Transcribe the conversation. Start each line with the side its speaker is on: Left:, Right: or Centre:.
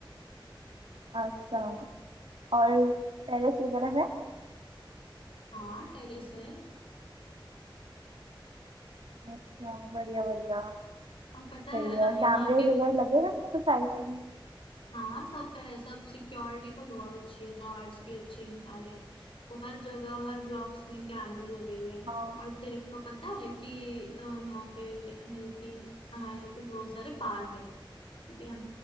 Right: अच्छा और टेरेस वगैरह है
Left: हाँ टेरेस है
Right: अच्छा बढ़िया बढ़िया
Left: और पता है
Right: सही है
Left: अ, यहाँ
Right: कैमरे
Left: के
Right: वगैरह लगे हुए हैं सोसाइटी में
Left: हाँ सब है सब सिक्योरिटी तो बहुत अच्छी है गार्ड्स भी अच्छे हैं सारे वो हर जगह हर ब्लॉक्स में कैमरे लगे हुए हैं
Right: हाँ
Left: और तेरे को पता है कि अ, वहाँ पे मतलब कि हमारे यहाँ पे बहुत सारे पार्क है ठीक है